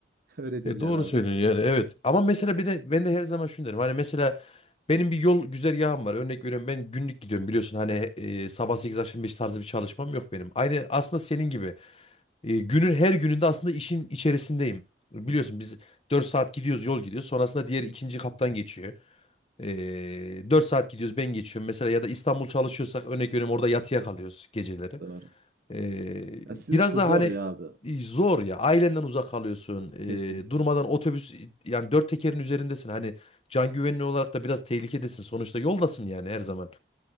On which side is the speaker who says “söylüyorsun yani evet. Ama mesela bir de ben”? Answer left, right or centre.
Left